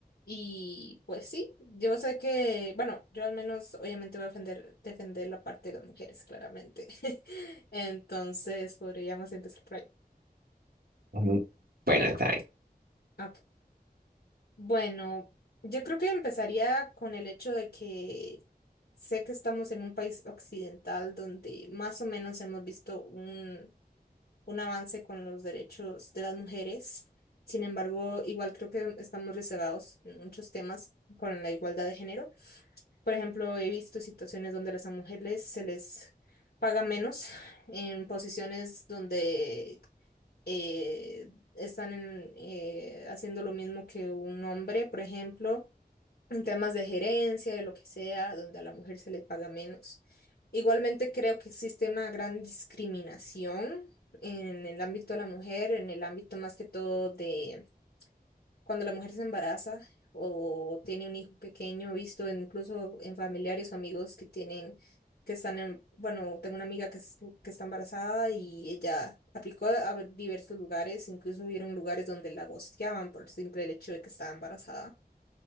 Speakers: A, on the left; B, on the right.
A: Y pues sí, yo sé que, bueno, yo al menos obviamente voy a defender, defender la parte de las mujeres, claramente. <laughs> Entonces podríamos empezar por ahí.
B: Ujú. Bueno, está
A: Ok. Bueno, yo creo que empezaría con el hecho de que sé que estamos en un país occidental donde más o menos hemos visto un, un avance con los derechos de las mujeres. Sin embargo, igual creo que estamos rezagados en muchos temas con la igualdad de género. Por ejemplo, he visto situaciones donde a las mujeres se les paga menos en posiciones donde eh, están en, eh, haciendo lo mismo que un hombre, por ejemplo en temas de gerencia, de lo que sea, donde a la mujer se le paga menos. Igualmente creo que existe una gran discriminación en el ámbito de la mujer, en el ámbito más que todo de cuando la mujer se embaraza o tiene un hijo pequeño, visto en- incluso en familiares o amigos que tienen, que están en, bueno, tengo una amiga que, estu- que está embarazada y ella aplicó a, a diversos lugares, incluso hubieron lugares donde la gosteaban por el simple hecho de que estaba embarazada.